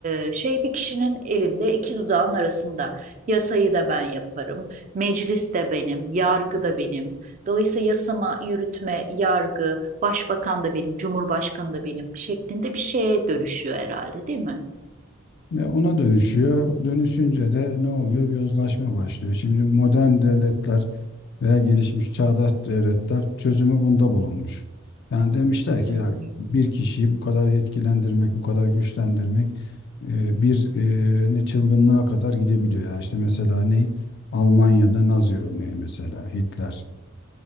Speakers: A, on the right; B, on the left.
A: e, şey bir kişinin elinde iki dudağın arasında. Yasayı da ben yaparım, meclis de benim, yargı da benim. Dolayısıyla yasama, yürütme, yargı, başbakan da benim, cumhurbaşkanı da benim şeklinde bir şeye dönüşüyor herhalde değil mi?
B: Ya ona dönüşüyor. Dönüşünce de ne oluyor? Bir yozlaşma başlıyor. Şimdi modern devletler veya gelişmiş çağdaş devletler çözümü bunda bulunmuş. Yani demişler ki
A: Hı
B: ya
A: hı.
B: bir kişiyi bu kadar yetkilendirmek, bu kadar güçlendirmek e, bir e, ne çılgınlığa kadar gidebiliyor. Ya işte mesela ne? Almanya'da Nazi örneği mesela Hitler.